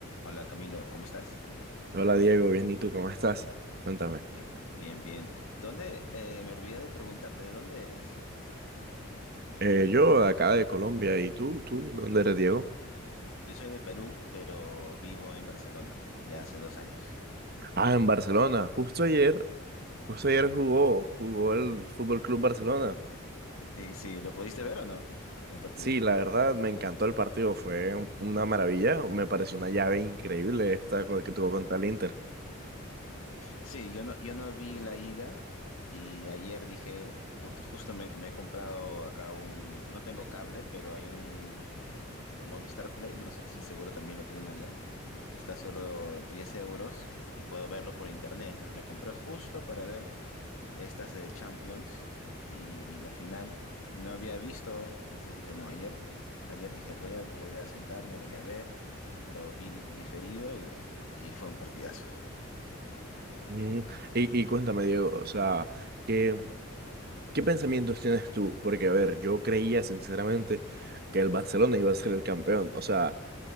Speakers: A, on the left; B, on the right.
A: Hola Camilo, ¿cómo estás?
B: Hola Diego, bien, ¿y tú cómo estás? Cuéntame.
A: Bien, bien, bien. ¿Dónde? eh, me olvidé de preguntarte, ¿de dónde eres?
B: Eh, yo de acá de Colombia, ¿y tú? ¿Tú dónde
A: Ah,
B: eres, Diego?
A: yo soy de Perú, pero vivo en Barcelona ya hace dos años.
B: Ah, en Barcelona. Justo ayer, justo ayer jugó, jugó el Fútbol Club Barcelona.
A: Sí, sí, ¿lo pudiste ver o no? El partido.
B: Sí, la verdad me encantó el partido, fue un- una maravilla, me pareció una llave increíble esta co- que tuvo contra el Inter.
A: Sí, yo no, yo no vi la ida y ayer dije, porque justo me, me he comprado acá un, no tengo cable, pero hay un eh, el Movistar Play, no sé si seguro también lo tienen allá, que está solo 10 euros y puedo verlo por internet. Entonces me compré justo para ver estas de Champions y, y la final y no había visto, entonces dije, no, ayer, ayer dije, voy a, voy a sentarme, voy a ver, lo vi di- diferido y, y fue un partidazo.
B: Ujú. Y, y cuéntame, Diego, o sea, ¿qué, qué pensamientos tienes tú? Porque, a ver, yo creía sinceramente que el Barcelona iba a ser el campeón, o sea